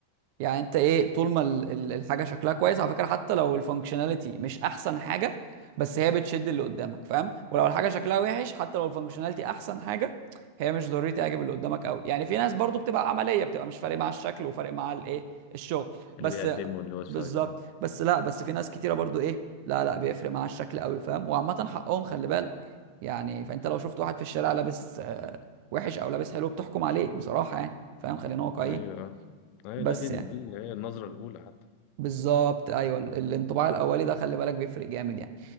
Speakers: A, on the right; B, on the left.
A: يعني انت ايه طول ما ال- ال- الحاجه شكلها كويس على فكره حتى لو الفانكشناليتي مش احسن حاجه بس هي بتشد اللي قدامك فاهم ولو الحاجه شكلها وحش حتى لو الفانكشناليتي احسن حاجه هي مش ضروري تعجب اللي قدامك قوي يعني في ناس برضو بتبقى عمليه بتبقى مش فارق مع الشكل وفارق مع الايه الشغل
B: اللي
A: بس
B: بيقدمه الويب سايت
A: بالظبط
B: اه
A: بس لا بس في ناس كتيره برضو ايه لا لا بيفرق مع الشكل قوي فاهم وعامه حقهم خلي بالك يعني فانت لو شفت واحد في الشارع لابس آه، وحش او لابس حلو بتحكم عليه بصراحه يعني فاهم خلينا واقعيين
B: ايوه اه ايوه
A: بس
B: لا دي ال-
A: يعني
B: دي اللي هي النظرة الأولى حتى
A: بالظبط ايوه ال- الانطباع الاولي ده خلي بالك بيفرق جامد يعني